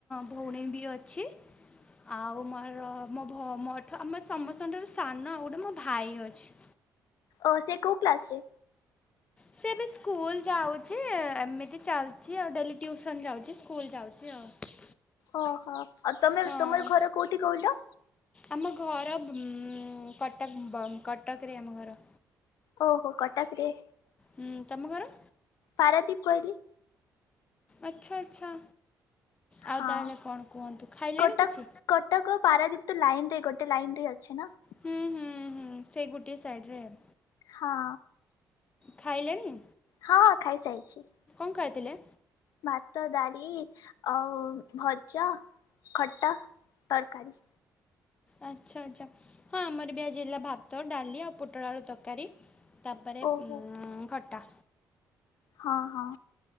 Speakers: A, on the left; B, on the left.
A: ଭଉଣୀ ବି ଅଛି। ଆଉ ମୋର ମୋ ଭ ମୋଠୁ ଆମ ସମସ୍ତଙ୍କଠାରୁ ସାନ ଆଉ ଗୋଟେ ମୋ ଭାଇ ଅଛି।
B: ଓ ସେ କୋଉ କ୍ଲାସରେ?
A: ସେ ଏବେ ସ୍କୁଲ ଯାଉଚି ଏ ଏମିତି ଚାଲିଚି ଆଉ ଡେଲି ଟ୍ୟୁସନ୍ ଯାଉଚି ସ୍କୁଲ୍ ଯାଉଛି ଆଉ।
B: ଓ ହୋ ଆଉ ତମେ
A: ହଁ
B: ତମର ଘର କୋଉଠି କହିଲ?
A: ଆମ ଘର ଉଁ କଟକ <unintelligible> କଟକରେ ଆମ ଘର।
B: ଓହୋ କଟକରେ।
A: ହୁଁ ତମ ଘର?
B: ପାରାଦ୍ଵୀପ କହିଲି।
A: ଆଚ୍ଛା ଆଚ୍ଛା। ଆଉ
B: ହଁ
A: ତାହେଲେ କଣ କୁହନ୍ତୁ ଖାଇଲେଣି
B: କଟକ
A: କିଛି?
B: କଟକ ପାରାଦ୍ଵୀପ ତ ଲାଇନ୍ ରେ ଗୋଟେ ଲାଇନ୍ ରେ ଅଛି ନା।
A: ହୁଁ ହୁଁ ହୁଁ ସେଇ ଗୋଟିଏ ସାଇଡ଼ିରେ ରେ ଆଉ।
B: ହଁ।
A: ଖାଇଲେଣିି?
B: ହଁ ଖାଇସାଇଛି।
A: ଉଁ ଖାଇଥିଲେ?
B: ଭାତ, ଡାଲି, ଆଉ ଭଜା। ଖଟା, ତରକାରୀ।
A: ଆଚ୍ଛା ଆଚ୍ଛା ହଁ ଆମର ବି ଆଜି ହେଇଥିଲା ଭାତ, ଡାଲି, ଆଉ ପୋଟଳ ଆଳୁ ତରକାରୀ। ତାପରେ
B: ଓହୋ
A: ଉଁ ଖଟା।
B: ହଁ ହଁ।